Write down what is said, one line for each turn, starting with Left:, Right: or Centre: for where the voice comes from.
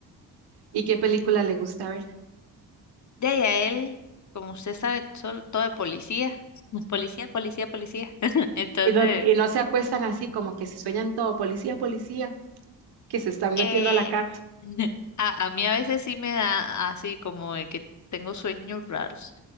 Right: ¿Y qué película le gusta ver?
Left: De ahí a él, como usted sabe, sol- todo de policía. <laughs> Policía, policía, policía. <laughs> Entonces,
Right: Y no, y no se acuestan así como que se sueñan todo, policía, policía, que se están
Left: Eh,
Right: metiendo a la casa
Left: <laughs> a, a mí a veces sí me da así como de que tengo sueños raros,